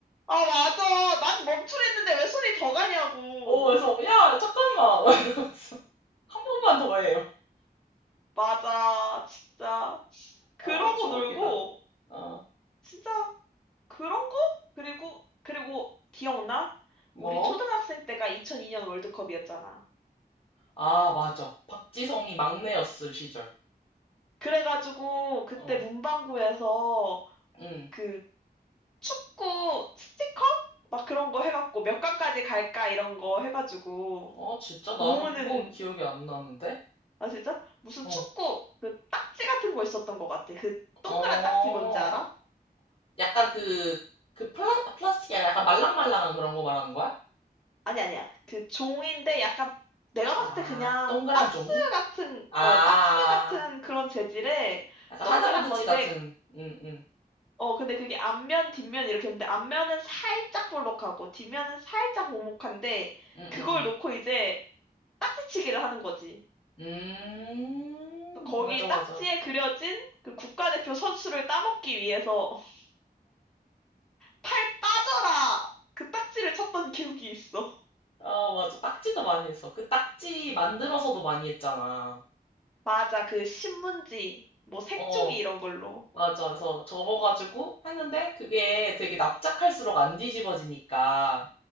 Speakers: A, in the centre; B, on the left.
A: 아 맞아. 난 멈추랬는데 왜 손이 더 가냐고.
B: 어, 그래서, 야, 잠깐만. <laughs> 막 이러면서. 한 번만 더 해.
A: 맞아. 진짜. 그러고
B: 아, 추억이다.
A: 놀고
B: 어,
A: 진짜 그런 거? 그리고, 그리고 기억나?
B: 뭐?
A: 우리 초등학생 때가 2002년 월드컵이었잖아.
B: 아, 맞아. 박지성이 막내였을 시절.
A: 그래가지고 그때
B: 어,
A: 문방구에서
B: 응.
A: 그 축구 스티커? 막 그런 거 해갖고 몇 강까지 갈까 이런 거 해가지고
B: 아, 진짜? 나는
A: 모으는,
B: 그건 기억이 안 나는데?
A: 아 진짜? 무슨
B: 어,
A: 축구 그 딱지 같은 거 있었던 것 같아. 그 동그란
B: 어,
A: 딱지 뭔지 알아?
B: 약간 그, 그 플라, 플라스틱이 아니라 약간 말랑말랑한 그런 거 말하는 거야?
A: 아니 아니야. 그 종인데 약간 내가
B: 아,
A: 봤을 때 그냥
B: 동그란
A: 박스
B: 종이?
A: 같은
B: 아,
A: 어 박스 같은 그런 재질의
B: 약간
A: 동그란
B: 하드보드지
A: 건데
B: 같은, 응, 응,
A: 어 근데 그게 앞면 뒷면 이렇게 있는데 앞면은 살짝 볼록하고 뒷면은 살짝 오목한데
B: 응,
A: 그걸
B: 응, 응.
A: 놓고 이제 딱지치기를 하는 거지.
B: 음,
A: 그 거기
B: 맞아,
A: 딱지에
B: 맞아.
A: 그려진 그 국가대표 선수를 따먹기 위해서 <laughs> 팔 빠져라 그 딱지를 쳤던 기억이 있어.
B: 아, 맞아. 딱지도 많이 했어. 그 딱지 만들어서도 많이 했잖아.
A: 맞아. 그 신문지 뭐 색종이
B: 어,
A: 이런 걸로.
B: 맞아. 그래서 접어가지고 했는데 그게 되게 납작할수록 안 뒤집어지니까.